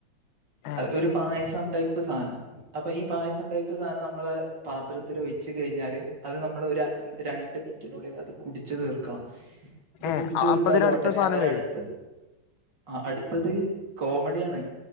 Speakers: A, on the left; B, on the right.
A: ഏഹ്
B: ഒരു പായസം ടൈപ്പ് സാനം അപ്പൊ ഈ പായസം ടൈപ്പ് സാനം നമ്മള് പാത്രത്തിലെഴിച്ച് കഴിഞ്ഞാല് അത് നമ്മള് ഒരാ രണ്ട് മിനിറ്റിനുള്ളിൽ അത് കുടിച്ച് തീർക്കണം
A: ഏഹ്
B: കുടിച്ചു തീർത്താലും
A: അപ്പതിന് അടുത്ത
B: ഒടനെ
A: സാധനം
B: അവരടുത്ത്
A: വരും
B: അഹ് അടുത്തത് കോമഡിയാണ്